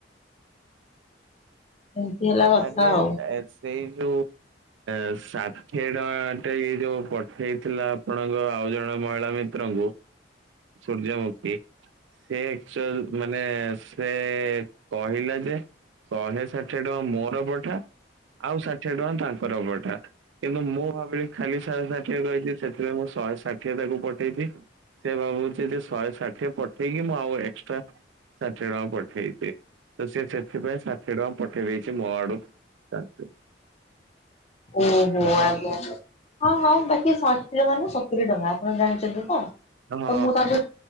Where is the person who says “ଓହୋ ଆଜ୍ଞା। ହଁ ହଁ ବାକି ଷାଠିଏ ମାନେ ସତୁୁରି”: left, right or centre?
Left